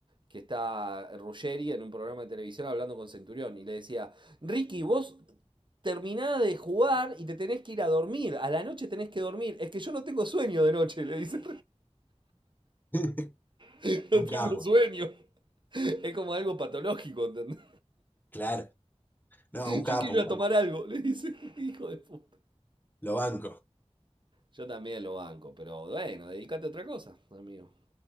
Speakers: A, on the right (about 45°); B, on the left (about 15°).
A: que está Ruggeri en un programa de televisión hablando con Centurión. Y le decía, Ricky, vos terminás de jugar y te tenés que ir a dormir. A la noche tenés que dormir. Es que yo no tengo sueño de noche, le dice.
B: <laughs>
A: <laughs> No
B: Un
A: tengo
B: capo,
A: sueño. Es como algo patológico, ¿entendés?
B: claro. No, un capo,
A: Yo quiero
B: un
A: ir a
B: capo.
A: tomar algo, le dice, <laughs> hijo de puta.
B: Lo banco.
A: Yo también lo banco, pero bueno, dedícate a otra cosa, amigo.